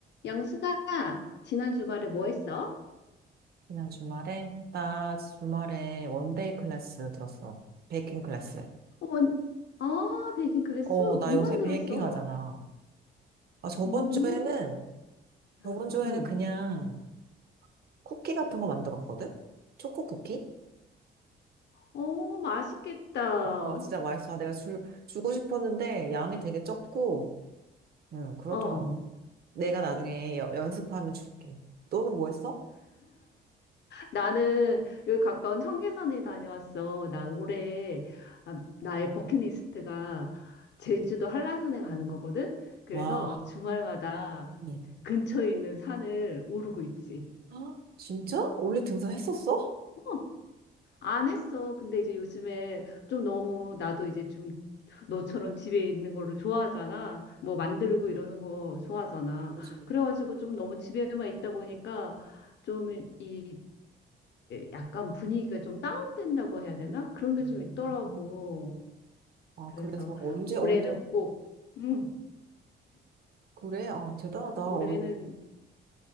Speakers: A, on the left (about 60°); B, on the right (about 50°).
A: 영수가 지난 주말에 뭐 했어?
B: 지난 주말에? 나 주말에 원데이 클래스 들었어. 베이킹 클래스.
A: 어, 아, 베이킹 클래스?
B: 어, 나
A: 뭐
B: 요새
A: 만들었어?
B: 베이킹 하잖아. 아, 저번
A: 음,
B: 주에는, 저번
A: 아,
B: 주에는
A: 음.
B: 그냥 쿠키 같은 거 만들었거든? 초코 쿠키?
A: 어, 맛있겠다.
B: 어, 진짜 맛있어. 아, 내가 주, 주고 싶었는데 양이 되게 적고, 응, 그렇더라고.
A: 어,
B: 내가 나중에 여- 연습하면 줄게. 너는 뭐 했어?
A: 나는 여기 가까운 청계산에 다녀왔어. 나 올해 아, 나의 버킷리스트가 제주도 한라산에 가는 거거든. 그래서
B: 와.
A: 주말마다
B: 응.
A: 근처에 있는 산을 오르고 있지.
B: 아, 진짜? 원래 등산했었어?
A: 어. 안 했어. 근데 이제 요즘에 좀 너무 나도 이제 좀 너처럼 집에 있는 거를 좋아하잖아. 뭐 만들고 이러는 거 좋아하잖아.
B: 그지.
A: 그래가지고 좀 너무 집에만 있다 보니까 좀 이- 이게 약간 분위기가 좀 다운된다고 해야 되나? 그런 게
B: 음.
A: 좀 있더라고.
B: 아,
A: 그래서
B: 그래서 언제,
A: 올해는
B: 언제?
A: 꼭, 음,
B: 그래? 아, 대단하다. 어,
A: 올해는